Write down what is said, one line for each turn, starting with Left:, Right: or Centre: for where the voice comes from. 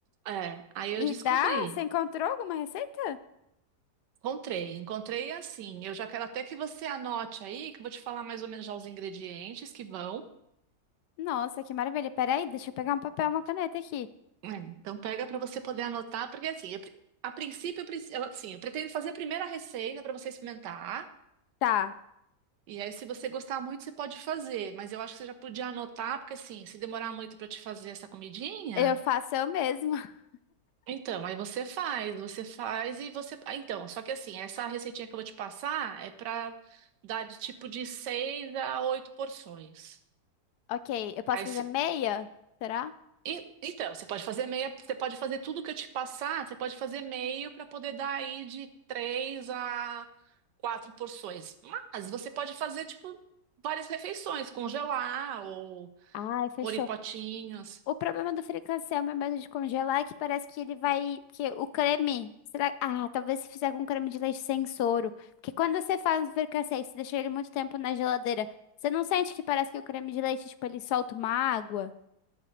Right: É, aí eu
Left: E
Right: descobri,
Left: dá? Você encontrou alguma receita?
Right: encontrei, encontrei assim. Eu já quero até que você anote aí, que eu vou te falar mais ou menos já os ingredientes que vão.
Left: Nossa, que maravilha. Peraí, deixa eu pegar um papel e uma caneta aqui.
Right: É, então pega para você poder anotar, porque assim, eu pre- a princípio, eu, preci- eu, assim, eu pretendo fazer a primeira receita para você experimentar.
Left: Tá,
Right: E aí, se você gostar muito, você pode fazer. Mas eu acho que você já podia anotar, porque assim, se demorar muito para te fazer essa comidinha.
Left: eu faço eu mesma. <laughs>
Right: Então, aí você faz, você faz e você. ah, Então, só que assim, essa receitinha que eu vou te passar é pra dar de tipo de seis a oito porções.
Left: Ok, eu posso
Right: Aí,
Left: fazer
Right: se-
Left: meia? Será?
Right: e- então, você pode fazer meia, você pode fazer tudo que eu te passar, você pode fazer meio para poder dar aí de três a quatro porções. Mas você pode fazer tipo várias refeições, congelar ou
Left: Ai, fechou.
Right: pôr em potinhos.
Left: O problema do fricassê ao meu medo de congelar é que parece que ele vai. que o creme. Será... Ah, talvez se fizer com creme de leite sem soro. Porque quando você faz um fricassê e você deixa ele muito tempo na geladeira, você não sente que parece que o creme de leite, tipo, ele solta uma água?